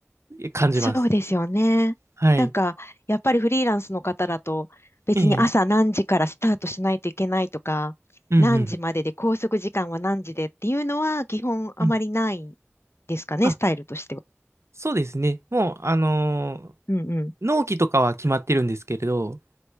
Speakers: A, on the right; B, on the left.
A: 感じます。
B: そうですよね。
A: はい。
B: なんか、やっぱりフリーランスの方だと、別に朝何時からスタートしないといけないとか、
A: ええ、うんうん。
B: 何時までで拘束時間は何時でっていうのは基本あまりない
A: うん
B: ですかね、
A: あ、
B: スタイルとしては。
A: そうですね。もう、あのー
B: うんうん。
A: 納期とかは決まってるんですけれど、